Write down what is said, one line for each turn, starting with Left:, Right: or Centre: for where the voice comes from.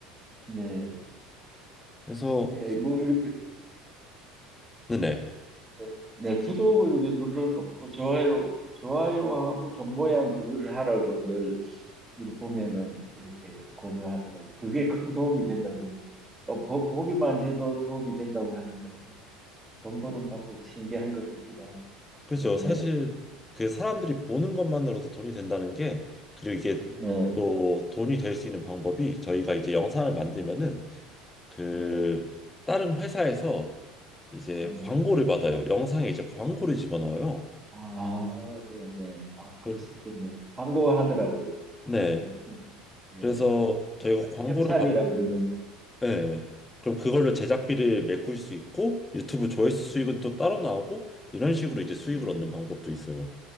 Right: 네.
Left: 그래서,
Right: 예, 뭐 이렇게
Left: 네네.
Right: 예, 네, 구독을 이제 눌러놓고 좋아요, 좋아요하고 종 모양 그거를 하라고 늘 이렇게 보면은 이렇게 권유하더라고요. 그게 큰 도움이 된다 그러는데 어, 보, 보기만 해도 도움이 된다고 하니까 참 돈 버는 방법이 신기한 것 같기도 하고
Left: 그죠.
Right: 그렇네요.
Left: 사실, 그 사람들이 보는 것만으로도 돈이 된다는 게, 그리고 이게
Right: 네,
Left: 또 돈이 될 수 있는 방법이 저희가 이제 영상을 만들면은,
Right: 네,
Left: 그,
Right: 네.
Left: 다른 회사에서 이제
Right: 음,
Left: 광고를 받아요. 영상에 이제 광고를 집어넣어요.
Right: 아, 네네. 아,
Left: 그-
Right: 그럴 수 있겠네. 광고하더라고요.
Left: 네.
Right: 어떤 춤 예,
Left: 그래서 저희가 광고를
Right: 협찬이라
Left: 받고,
Right: 그러면서.
Left: 네. 그럼 그걸로 제작비를 메꿀 수 있고 유튜브 조회수 수익은
Right: 음,
Left: 또 따로 나오고 이런 식으로 이제 수익을
Right: 음.
Left: 얻는 방법도 있어요.